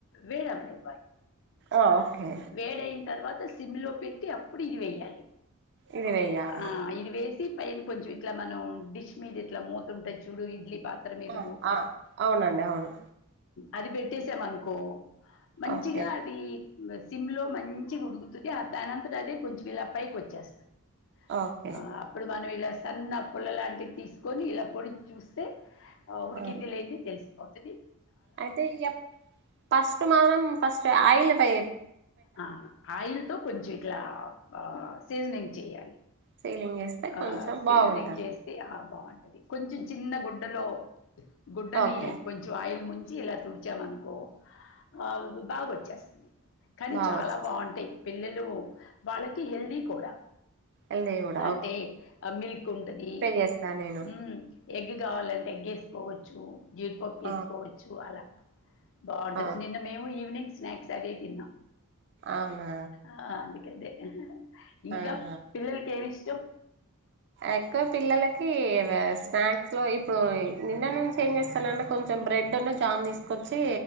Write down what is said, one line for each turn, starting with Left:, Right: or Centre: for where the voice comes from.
Left: వేడి అవ్వానివ్వాలి
Right: ఓకే
Left: వేడైనా తర్వాత సిమ్ లో పెట్టి అప్పుడు ఇది వేయ్యాలి
Right: ఇది వేయాలి
Left: ఆ ఇది వేసి పైన కొంచెం ఇట్లా మనం డిష్ మీద ఇట్లా మోతుంటాది చూడు ఇడ్లీ పా కుక్కర్ మీద
Right: ఆ,
Left: మూత
Right: ఆ, అవునండి అవును
Left: అది పెట్టేసామనుకో మంచిగా
Right: ఓకే
Left: అది సిమ్ లో మంచిగా ఉడుకుతుది దాని అంతటా అదే కొంచెం ఇలా పైకి వచ్చేస్తంది
Right: ఓకే
Left: ఆ అప్పుడు మనం ఇలా సన్న పుల్ల లాంటివి తీసుకొని ఇ పొడిచి చూస్తే ఉడికిందో
Right: ఆ,
Left: లేదో తెలిసిపోతది
Right: అయితే ఫస్ట్ మానం ఫస్ట్ ఆయిల్ల వే
Left: ఆ ఆయిల్ తో కొంచెం ఇట్లా ఆ అ సీజనింగ్ చేయాలి
Right: సీలింగ్
Left: ఆ
Right: కొంచెం
Left: సీజనింగ్
Right: బాగుంటది
Left: చేస్ ఆ బాగుంటది కొంచెం చిన్న గుడ్డలో గుడ్డని
Right: ఓకే
Left: కొంచెం ఆయిల్ ముంచి ఇలా తుడిచామనుకో ఆ బాగా వచ్చేస్తది కానీ
Right: బాగొచ్చు
Left: చాలా బాగుంటాయి పిల్లలు వాళ్ళకి హెల్దీ కూడా
Right: ఎల్ <unintelligible>
Left: అంటే ఆ మిల్క్ ఉంటది
Right: చేస్తాను నేను
Left: ఉమ్ ఎగ్ కావాలంటే ఎగ్ వేసుకోవచ్చు జీడిపప్పు వేసుకోవచ్చు
Right: ఆ
Left: అలా బాగుంటది
Right: ఆ
Left: నిన్న మేము ఈవినింగ్ స్నాక్స్ అదే తిన్నాం
Right: అవునా
Left: ఆ అందుకంటే ఇంకా
Right: అవునా
Left: పిల్లలకి ఏమి ఇష్టం
Right: ఎక్కువ పిల్లలకి స్నాక్స్ లో ఇప్పుడు నిన్న నుంచి ఏం చేస్తానంటే కొంచెం బ్రెడ్ ను జామ్ తీసుకొచ్చి